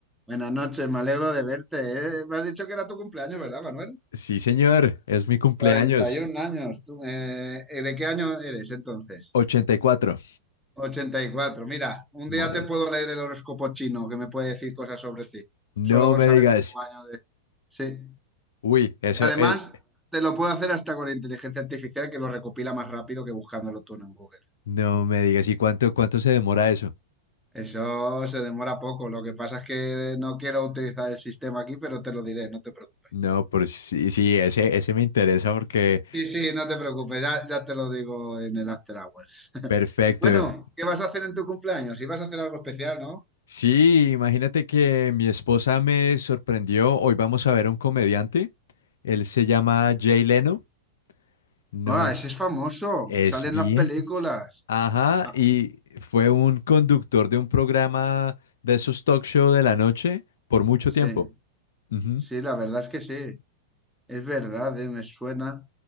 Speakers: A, in the centre; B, on the left.
A: Buenas noches, me alegro de verte. ¿eh? Me has dicho que era tu cumpleaños, ¿verdad, Manuel?
B: Sí, señor, es mi cumpleaños.
A: 41 años. Tú, eh, eh, ¿de qué año eres entonces?
B: 84.
A: 84. Mira, un
B: Madre.
A: día te puedo leer el horóscopo chino que me puede decir cosas sobre ti, solo
B: No
A: con
B: me
A: saber
B: digas.
A: tu año de... Sí.
B: Uy, eso
A: Además,
B: es.
A: te lo puedo hacer hasta con la inteligencia artificial que lo recopila más rápido que buscándolo tú en Google.
B: No me digas. ¿Y cuánto, cuánto se demora eso?
A: Eso se demora poco. Lo que pasa es que no quiero utilizar el sistema aquí, pero te lo diré, no te preocupes.
B: No, pero sí, sí, ese, ese me interesa porque.
A: Sí, sí, no te preocupes, ya, ya te lo digo en el After Hours. <laughs>
B: Perfecto.
A: Bueno, ¿qué vas a hacer en tu cumpleaños? Ibas a hacer algo especial, ¿no?
B: Sí, imagínate que mi esposa me sorprendió. Hoy vamos a ver a un comediante. Él se llama Jay Leno. No,
A: Ah, ese es famoso,
B: Es
A: sale en
B: bien
A: las películas.
B: famoso. Ajá,
A: Ah,
B: y fue un conductor de un programa de esos talk show de la noche por mucho
A: sí,
B: tiempo. Ujú.
A: sí, la verdad es que sí, es verdad, eh, me suena.